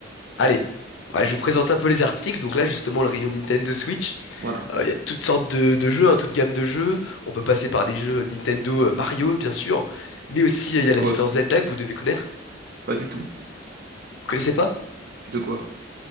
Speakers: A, on the left; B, on the right.
A: Allez. Voilà, je vous présente un peu les articles. Donc là, justement, le rayon Nintendo Switch.
B: Voilà.
A: Euh, Il y a toutes sortes de, de jeux, hein, toute gamme de jeux. On peut passer par des jeux Nintendo, euh, Mario, bien sûr, mais aussi euh,
B: C'est
A: il y a
B: quoi
A: la licence
B: ça?
A: Zelda que vous devez connaître.
B: Pas du tout.
A: Vous connaissez pas?
B: De quoi?